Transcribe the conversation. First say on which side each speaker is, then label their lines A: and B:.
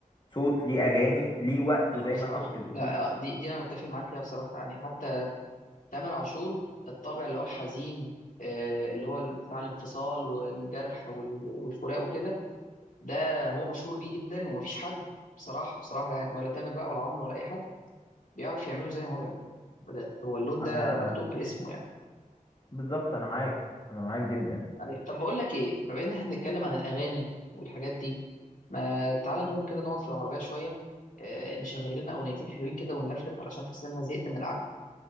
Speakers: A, on the left; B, on the left.
A: صوت ليه اغاني ليه وقت زي
B: آه، بصراحة
A: ما انت كنت بتقول
B: لا آه، دي دي أنا متفق معاك فيها بصراحة يعني حتى تامر عاشور الطابع اللي هو الحزين آه، اللي هو بتاع الانفصال والجرح وال- والفراق وكده ده هو مشهور بيه جدا ومفيش حد بصراحة بصراحة يعني ولا تامر بقى ولا عمرو ولا أي حد بيعرف يعمله زي ما هو بيعمله بجد هو اللون ده
A: انا
B: مكتوب باسمه يعني
A: بالظبط انا معاك انا معاك جدا
B: أيوة. طب بقول لك ايه بما ان احنا بنتكلم عن الاغاني والحاجات دي ما تعال نقوم كده نقعد في العربيه شويه آه، نشغل لنا اغنيتين حلوين كده ونلفلف علشان حاسس ان انا زهقت من القعده